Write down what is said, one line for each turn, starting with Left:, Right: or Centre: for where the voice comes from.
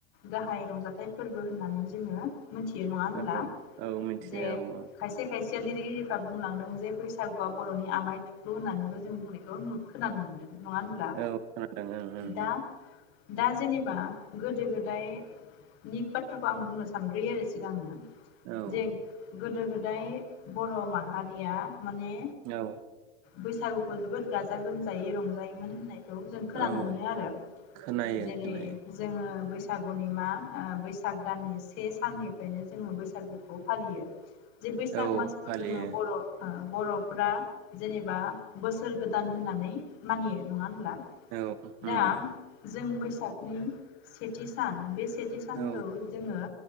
Left: गाहाय रंजाथाइ फोरबो। फोरबो होननानै जोङो मोनथियो नङा होनब्ला?
Right: औ औ मिथियो
Left: जे
Right: औ
Left: खायसे खायसे लिरगिरिफ्रा बुंलांदों जे बैसागुआ बरनि आमाय थु थुख्ल होननानैबो जों बुंनायखौ नु खोनानो मोनदों नङा होनब्ला?
Right: औ खोनादों ओं
Left: दा दा जेनेबा गोदो गोदायनि बाथ्राखौ आं बुंनो सानग्रयो आरो सिगांनो।
Right: ओं
Left: जे
Right: ओं
Left: गोदो गोदा फ्राय बर माहारिया माने।
Right: औ
Left: बैसागुखौ जोबोद गाजा गोमजायै रंजायोमोन होननाय खौ जों खोनानो
Right: औ
Left: मोनो आरो
Right: खोनायो
Left: जेरै
Right: खोनायो
Left: जोङो बैसाग बैसागुनि मा बैसाग दाननि से से साननिफ्रायनो जोङो बैसागु खौ फालियो। जे बैसाग
Right: औ
Left: मासखौ
Right: फालियो
Left: जोङो बर ओ बरफ्रा जेनेब बा बोसोर गोदान होननानै मानियो नङा होनब्ला?
Right: औ
Left: दा
Right: उम
Left: जों बैसागनि सेथि सान बे सा सेथि सानखौ
Right: औ
Left: जोङो